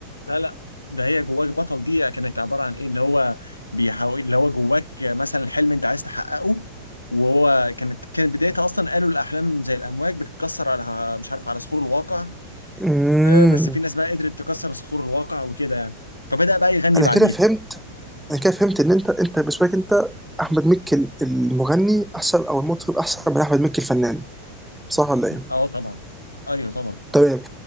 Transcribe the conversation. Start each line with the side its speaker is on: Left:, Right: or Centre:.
Left: لا لا ده هي جواك بطل دي كانت عبارة عن ايه اللي هو بيحاول اللي هو جواك مثلا الحلم انت عايز تحققه وهو كانت كانت بدايتها اصلا قالوا الاحلام زي الامواج بتتكسر على مش عارف على صخور الواقع
Centre: امم
Left: آه، بس في ناس بقى قدرت تكسر صخور الواقع وكده يعني فبدأ بقى يغني
Centre: انا
Left: بعديها
Centre: كده فهمت انا كده فهمت ان انت انت بالنسبه لك انت احمد مكي المغني احسن او المطرب احسن من احمد مكي الفنان صح ولا ايه؟
Left: اه طبعا ايوه طبعا
Centre: تمام